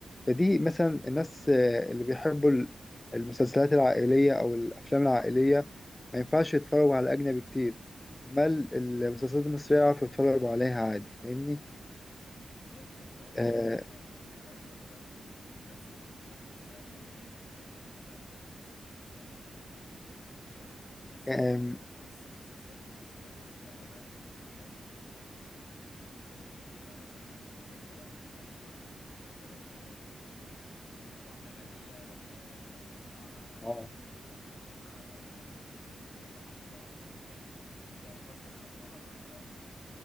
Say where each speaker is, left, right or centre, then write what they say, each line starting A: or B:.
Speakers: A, on the left; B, on the left.
A: فدي مثلا الناس آه، اللي بيحبوا ال- المسلسلات العائلية أو الأفلام العائلية ما ينفعش يتفرجوا على أجنبي كتير ما ال- المسلسلات المصرية يعرفوا يتفرجوا عليها عادي فاهمني؟
B: هي المسلسلات المصرية
A: آه
B: ما بتبقاش وحشة ب- بس م- ما تحسهاش كرييتيف زي المسلسلات زي قصص المسلسلات الأجنبية آه، تحس
A: آم،
B: إن قصص المسلسلات المصرية كلها واحد بيتعملوا بنفس النمط يا يا اما مثلا آه، واحد فقير آه، بدأ ان هو ي- يشوف واحده غنيه آه، اتعرف عليها
A: آه
B: مثلا او كلمها مثلا وتلاقوا ان هم حبوا بعض وهو فقير وتلاقي ابوه مثلا ابوها ر- رفضه